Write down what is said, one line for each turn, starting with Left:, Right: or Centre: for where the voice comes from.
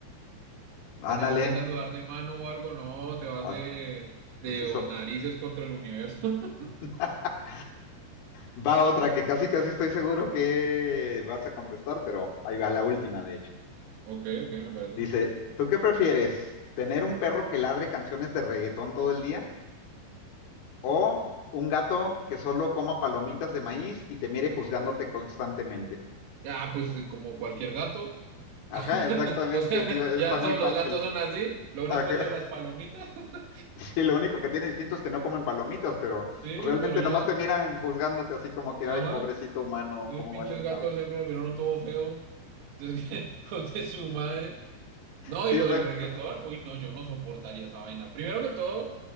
Left: Ándale.
Right: que tengas que saludar de mano o algo, no, te vas de,
Left: As-
Right: de
Left: Así so-
Right: narices contra el universo. <laughs>
Left: <laughs> Va otra que casi casi estoy seguro que vas a contestar, pero ahí va la última, de hecho.
Right: Ok, ok, me parece.
Left: Dice, ¿tú qué prefieres? ¿Tener un perro que ladre canciones de reggaetón todo el día? ¿O un gato que solo coma palomitas de maíz y te mire juzgándote constantemente?
Right: Ah, pues como cualquier gato.
Left: Ajá,
Right: <laughs>
Left: exactamente,
Right: O sea,
Left: sí, está
Right: ya
Left: muy
Right: todos
Left: fácil.
Right: los gatos son así. Lo único
Left: Ajá.
Right: es lo de las
Left: <laughs>
Right: palomitas. <laughs>
Left: Sí, lo único que tiene distinto es que no comen palomitas, pero
Right: Sí,
Left: pues, realmente
Right: pero ya.
Left: nomás te miran juzgándote así como que,
Right: Ajá.
Left: ay, pobrecito humano,
Right: Y
Left: ¿cómo
Right: pinches
Left: vales
Right: gatos
Left: madre?
Right: siempre lo miraron todo feo. Entonces, <laughs> hijos de su madre. No,
Left: Sí,
Right: y lo
Left: exacto.
Right: del reggaetón. Uy, no, yo no soportaría esa vaina. Primero que todo,